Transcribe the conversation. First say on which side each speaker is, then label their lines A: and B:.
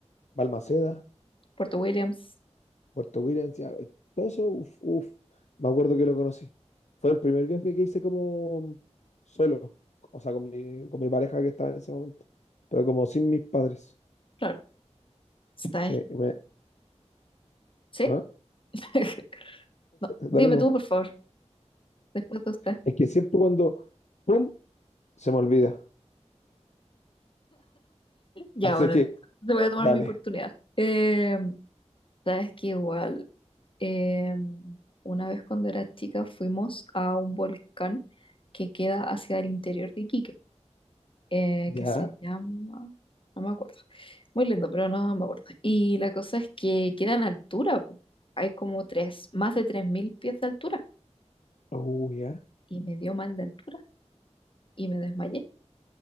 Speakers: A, on the left (about 75°); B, on the left (about 45°).
A: Balmaceda,
B: Puerto Williams,
A: Puerto Williams. ya, eh, todo eso, uf, uf. Me acuerdo que lo conocí. Fue el primer viaje que hice como solo. O sea, con mi, con mi pareja que estaba en ese momento. pero como sin mis padres.
B: claro. ¿Está ahí?
A: Sí, me-
B: ¿Sí?
A: ¿ah?
B: <laughs> No, dime
A: Dale nomás.
B: tú, por favor, después de usted.
A: Es que siempre cuando, ¡pum!, se me olvida.
B: Ya,
A: Así
B: bueno,
A: que,
B: te voy a tomar
A: dale,
B: mi oportunidad. Eh, sabes que igual, eh, una vez cuando era chica fuimos a un volcán que queda hacia el interior de Iquique, eh,
A: ya.
B: que se llama, no me acuerdo, muy lindo, pero no me acuerdo. Y la cosa es que queda en altura, po. Hay como tres, más de 3.000 pies de altura,
A: Uh, ya.
B: y me dio mal de altura y me desmayé.